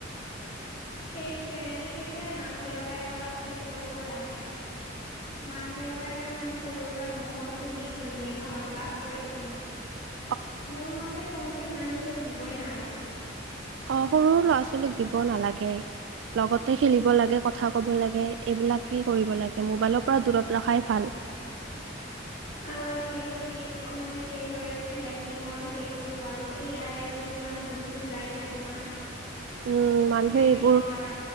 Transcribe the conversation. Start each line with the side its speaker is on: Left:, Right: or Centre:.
Left: সেইটয়ে সেইটোয়ে মাক দেউতাকে অলপ সেষ কৰিব লাগে। মাক দেউতাকেও মানে সৰুৰ পৰা মোৰ ফোন টো দি থৈ দিয়ে ন অভ্যয়াস কৰি দিয়ে।
Right: উ
Left: মোৰ মতে ফোনটো ইমান জল্দি দিবই নালাগে।
Right: অ সৰু ল'ৰা ছোৱালীক দিব নালাগে। লগতে খেলিব লাগে কথা ক'ব লাগে এইবিলাকেই কৰিব লাগে মোবাইলৰ পৰা দূৰত ৰখাই ভাল।
Left: আৰু আজিকালি যি মানে সেই হৈ আছে হেকিঙৰ সেইটো আৰু এ আইৰ আৰু কিমান বস্তু টো ওলাইছে তোমাৰ
Right: উম মানুহে
Left: হেকিঙৰ
Right: এইবোৰ